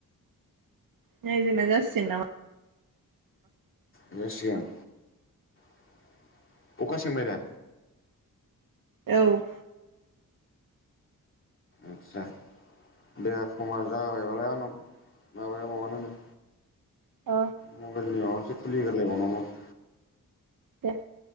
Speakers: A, on the right; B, on the left.
A: नै जोंना जासिनामा
B: जासिगोन <unintelligible> अखा सेंबाय दा
A: औ
B: आदसा दे समा जाबायबालाय आंनाव <unintelligible>
A: औ
B: मबेलनि <unintelligible> <unintelligible>
A: दे